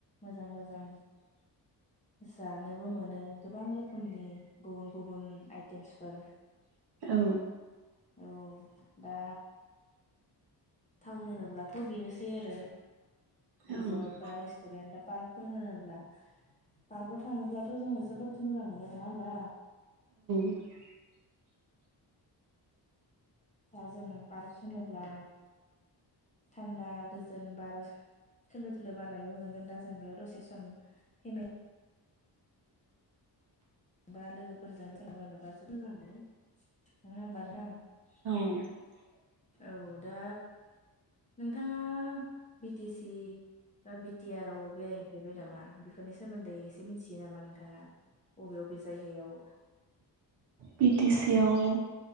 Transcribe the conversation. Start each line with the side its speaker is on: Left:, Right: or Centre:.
Left: मोजां मोजां जानोबो मोनो गोबां रोखोमनि गुबुन गुबुन आइटेमसफोर
Right: औ
Left: औ दा टाउन होनोब्लाथ' बेनोसै आरो
Right: औ
Left: रिजर्ट बा रेस्टुरेन्ट बा पार्कफोर होनोब्ला पार्कआव थाङोब्लाथ' जोङो जोबोद मोजां मोनो नङा होमबा?
Right: <inaudible>
Left: दा जों पार्क होनोब्ला थान्दा गोजोन बार खोलो खोलो बारनायबो मोनगोन दा जों बेयाव दसे सम फेमे‌ बा लोगोफोरजों <unintelligible> मोजां मोन नङा होमब नोंथां
Right: <inaudible>
Left: औ दा नोंथाङा बिटि सि बा बिटि आर आव बेरायहैफेरबाय नामा बेफोरनि सोमोन्दै एसे मिथियो नामा नोंथाङा? अबे अबे जायगायाव
Right: बि टि सि आव